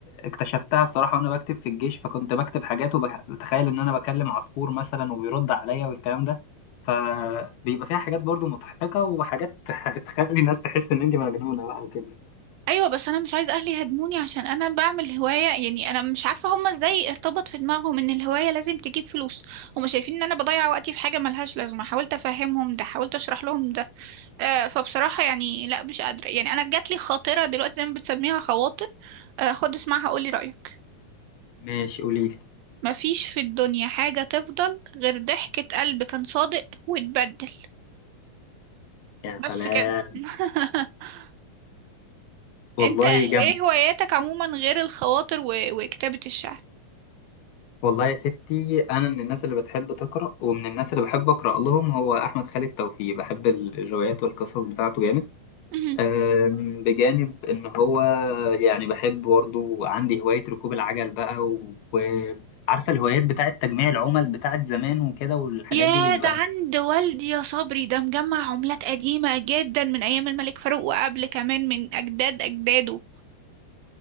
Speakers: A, on the left; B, on the right.
A: اكتشفتها الصراحه وانا بكتب في الجيش فكنت بكتب حاجات وبتخيل ان انا بكلم عصفور مثلا وبيرد عليا والكلام ده فبيبقى فيها حاجات برضو مضحكه وحاجات <laughs> تخلي الناس تحس ان انت مجنونه بقى وكده
B: ايوه بس انا مش عايزه اهلي يهاجموني عشان انا بعمل هوايه يعني انا مش عارفه هما ازاي ارتبط في دماغهم ان الهوايه لازم تجيب فلوس هما شايفين ان انا بضيع وقتي في حاجه ملهاش لازمه حاولت افهمهم ده حاولت اشرح لهم ده آه فبصراحه يعني لا مش قادره يعني انا جات لي خاطره دلوقتي زي ما بتسميها خواطر آه خد اسمعها قولي رايك
A: ماشي قولي لي
B: مفيش في الدنيا حاجه تفضل غير ضحكه قلب كان صادق واتبدل
A: يا
B: بس
A: سلام
B: كده <laughs>
A: والله
B: انت
A: جامد
B: ايه هواياتك عموما غير الخواطر و... وكتابه الشعر
A: والله يا ستي انا من الناس اللي بتحب تقرا ومن الناس اللي بحب اقرا لهم هو احمد خالد توفيق بحب الروايات والقصص بتاعته جامد
B: <laughs>
A: أم، بجانب إن هو يعني بحب برضه عندي هواية ركوب العجل بقى و- وعارفة الهوايات بتاعة تجميع العمل بتاعة زمان وكده والحاجات
B: ياه
A: دي اللي بيبقى
B: ده عند والدي يا صبري ده مجمع عملات قديمة جدا من أيام الملك فاروق وقبل كمان من أجداد أجداده